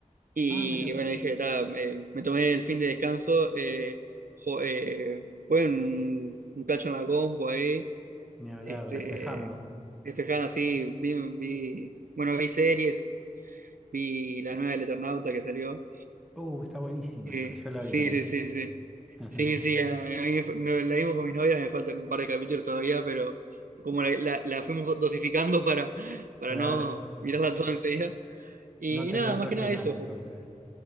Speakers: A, on the right; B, in the centre.
A: Y
B: Ah, mira,
A: bueno, dije, ta, me, me tomé el fin de descanso. Eh, jo- eh, jugué un, un cacho en la compu ahí.
B: ni hablar,
A: Este,
B: despejando.
A: despejando así, vi, vi, bueno, vi series. Vi la nueva del Eternauta que salió.
B: Uh, está buenísima
A: Eh,
B: esa, yo la
A: sí,
B: vi también.
A: sí, sí, sí.
B: <laughs>
A: Sí, sí, a mí me fa- no, la vimos con mi novia, me faltan un par de capítulos todavía, pero como la, la- la fuimos dosificando para, para
B: Claro,
A: no mirarla toda enseguida. Y
B: no te
A: nada,
B: cuento
A: más que
B: el final
A: nada eso.
B: entonces.
A: Ju.